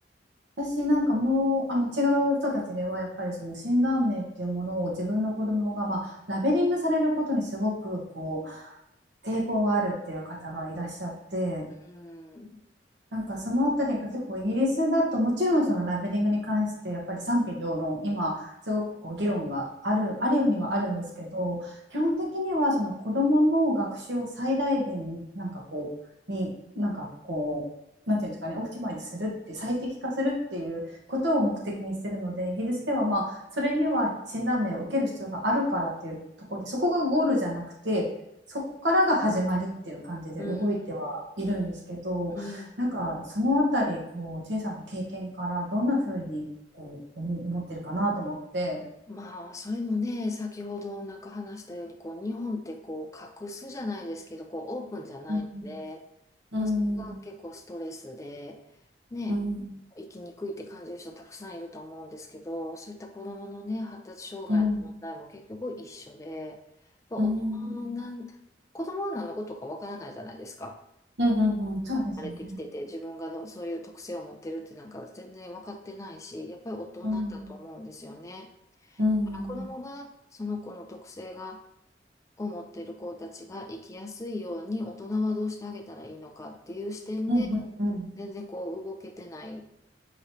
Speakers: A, on the right (about 75°); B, on the left (about 15°).
A: 私なんかもうあの違う人たちではやっぱりその診断名っていうものを自分の子供がまあラベリングされることにすごくこう抵抗があるっていう方がいらっしゃって
B: うん、
A: なんかそのあたりが結構イギリスだともちろんそのラベリングに関してやっぱり賛否両論今すごくこう議論がある、あるにはあるんですけど基本的にはその子どもの学習を最大限になんかこうになんかこうなんていうんですかねオプティマイズするって最適化するっていうことを目的にしてるのでイギリスではまあそれには診断名を受ける必要があるからっていうところでそこがゴールじゃなくてそこからが始まりっていう感じで動いてはいるんですけど。
B: うん、うん、うん、うん。
A: なんかそのあたりこう、チェイさんの経験からどんなふうにこう思、思ってるかなと思って。
B: まあ、それもね、先ほどなんか話したように、こう、日本ってこう、隠すじゃないですけど、こう、オープンじゃないので、
A: うん、うん、
B: まあ、それが結構ストレスで、ね、
A: うん、
B: 生きにくいって感じる人たくさんいると思うんですけど、そういった子供のね、発達障害の問題も結局一緒で、
A: うん、うん、
B: やっぱ大人のなん、
A: うん、
B: 子供は何のことかわからないじゃないですか。
A: うん、うんそうですよね。
B: 慣れてきてて、自分がどうそういう特性を持ってるってなんか全然わかってないし、やっぱり大人だと思うんですよね。
A: うん、うん、
B: 子供がその子の特性が、を持っている子たちが生きやすいように大人はどうしてあげたらいいのかっていう視点で、
A: うん、うん、うん、
B: 全然こう動けてない、